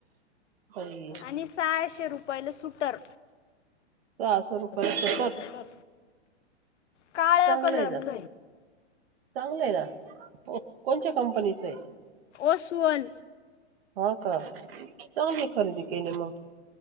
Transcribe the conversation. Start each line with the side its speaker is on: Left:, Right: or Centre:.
Right: बाई
Left: आणि सहाशे रुपयाला सुटर
Right: सहाशे रुपये ला
Left: रुपयाला
Right: शूटर-
Left: सुटर. काळ्या
Right: चांगलं
Left: कलरच
Right: आहे ना चांगलं आहे ना कोणच्या्या कंपनीचं आहे
Left: ओसवाल
Right: हा का चांगलं खरेदी केली मग